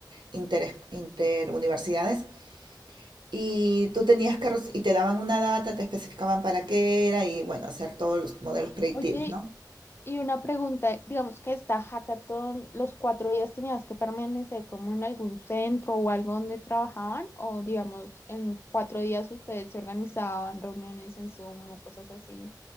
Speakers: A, on the right; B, on the left.
A: inter, interuniversidades. Y tú tenías que, y te daban una data, te especificaban para qué era y bueno, hacer todos los modelos predictivos,
B: Oye,
A: ¿no?
B: Y una pregunta, digamos que esta hackathon, los cuatro días tenías que permanecer como en algún centro o algo donde trabajaban, o digamos, en cuatro días ustedes se organizaban reuniones en Zoom o cosas así.